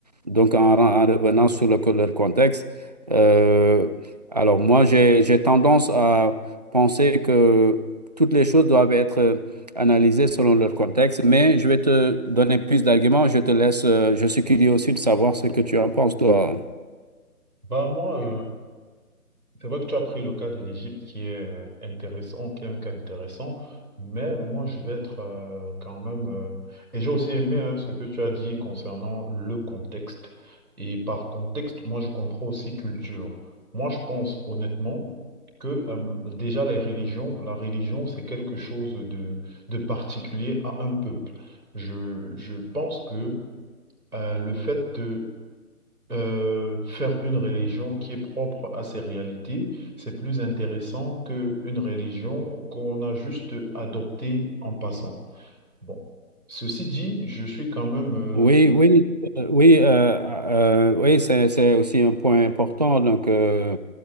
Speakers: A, on the right (about 30°); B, on the right (about 75°).
A: Donc, en, en revenant sur le- leur contexte, euh, alors moi, j'ai, j'ai tendance à penser que toutes les choses doivent être euh, analysées selon leur contexte, mais je vais te donner plus d'arguments, je te laisse, euh, je suis curieux aussi de savoir ce que tu en penses, toi.
B: Bah moi, C'est vrai que tu as pris le cas de l'Égypte qui est euh, intéressant, qui est un cas intéressant, mais moi je vais être euh, quand même... euh, et j'ai aussi aimé hein, ce que tu as dit concernant le contexte. Et par contexte, moi je comprends aussi culture. Moi je pense honnêtement que euh, déjà les religions, la religion c'est quelque chose de, de particulier à un peuple. Je, je pense que euh, le fait de euh, faire une religion qui est propre à ses réalités, c'est plus intéressant qu'une religion qu'on a juste adoptée en passant. Bon, ceci dit, je suis quand même... euh,
A: Oui, oui, euh, oui, euh, euh, oui, c'est, c'est aussi un point important. Donc, euh,